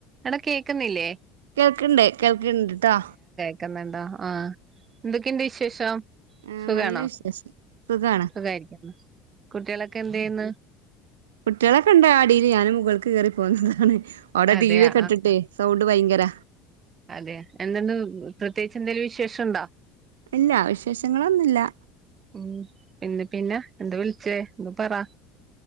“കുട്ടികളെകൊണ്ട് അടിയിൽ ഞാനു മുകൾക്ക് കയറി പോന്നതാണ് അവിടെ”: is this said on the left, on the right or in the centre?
Right